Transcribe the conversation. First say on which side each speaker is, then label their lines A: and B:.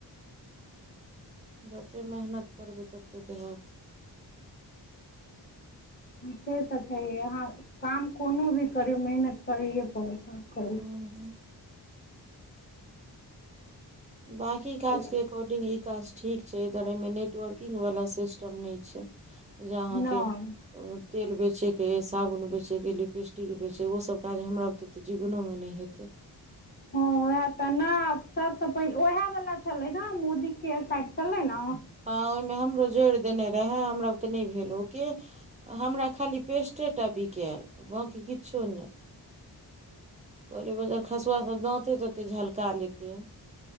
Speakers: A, on the right (about 20°); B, on the left (about 25°).
A: जतेक मेहनत करबै ततेक हैत
B: से तऽ छैय अहाँ काम कोनो भी करीयो मेहनत करैए पड़त करैए
A: हूं बांकी
B: छै
A: काज के एककॉर्डिंग ई काज ठीक छै एकर एहिमे नेटवर्किंग वला सिस्टम नै छैय जे अहाँके
B: नहि
A: तेल बेचेके अइ साबुन बेचेके लिपस्टिक बेचेके ओसभ काज हमरा बुते जीवनो मे नै हेतै
B: हाँ ओएह तऽ नै सबसँ पहिल ओएह वला छलै ने मोदी केयर शायद छलै ना
A: हाँ ओहिमे हमरो जोड़ि देने रहाए हमरा बुते नहि भेल ओय के हमरा खाली पेस्टेटा बिकायल बाँकी किछो नै कहलियै बजरखसुआ सब दाँते तते झलका लेते